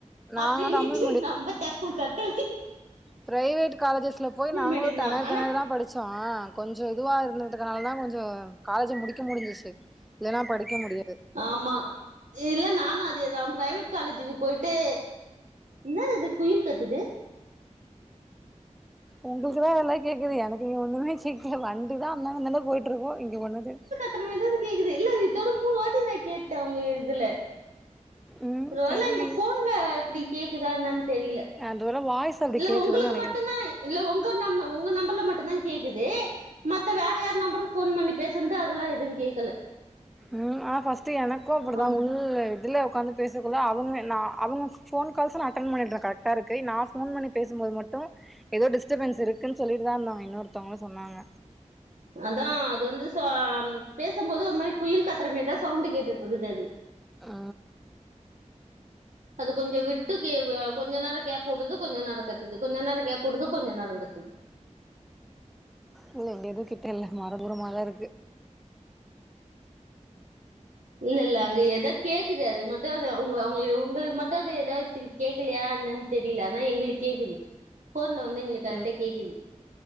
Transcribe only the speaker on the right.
அப்படின்னுட்டு
நம்ம தத்து நா தத்தளிக்கின்
மீடியந்தா
ஆனா
ஆமா இல்ல நானு அதேதா ப்ரைவேட் காலேஜுக்கு போயிட்டு என்னாது அது குயில் கத்துது
கத்தறமாரிதா கேக்குது இல்ல இதோட மூணு வாட்டி நா கேட்டே உங்க இதுல
ஒரு வேல
இந்த போன்ல இப்டி கேக்குதா என்னான்னு தெரில
இல்ல
உங்களுக்கு
மட்டுந்தா. இல்ல உங்க நம்ம உங்க நம்பர்ல மட்டுந்தா கேக்குது மத்த வேற யார் நம்பருக்கு போன் பண்ணி பேசுனது அதெல்லா எதுவு கேக்கல
ஆம்
அதா அது வந்து ச பேசும்போது ஒரு மாதிரி குயில் கத்தறமேதா சவுண்டு கேட்டுட்டு இருக்குது அது
அது கொஞ்சோ விட்டு கே கொஞ்ச நேரோ கேப் வுடுது கொஞ்சோ நேரோ கத்துது கொஞ்சோ நேரோ கேப் வுடுது கொஞ்ச நேரோ கத்துது
இல்ல இல்ல அங்க எதோ கேக்குது அது மட்டு அது உங்க அவங்களுக்கு உங்களுக்கு மட்டு அது எதாவ்து கேக்கலயா என்னன்னு தெரில ஆனா எங்ளுக்கு கேக்குது ஃபோன்ல வந்து எங்ளுக்கு கரெக்டா
கேக்குது